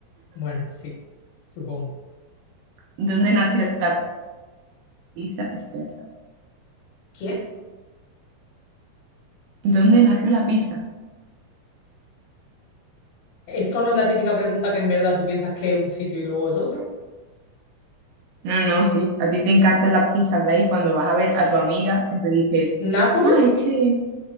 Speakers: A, on the left (about 80°); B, on the right (about 80°).
A: Bueno, sí, supongo.
B: ¿Dónde nació la pizza? Esa te la sabes.
A: ¿Quién?
B: ¿Dónde nació la pizza?
A: Esto no es la típica pregunta que en verdad tú piensas que es un sitio y luego es otro.
B: No, no, sí. A ti te encantan las pizzas de ahí. Cuando vas a ver a tu amiga, siempre dices,
A: ¿Nápoles?
B: ah, es que,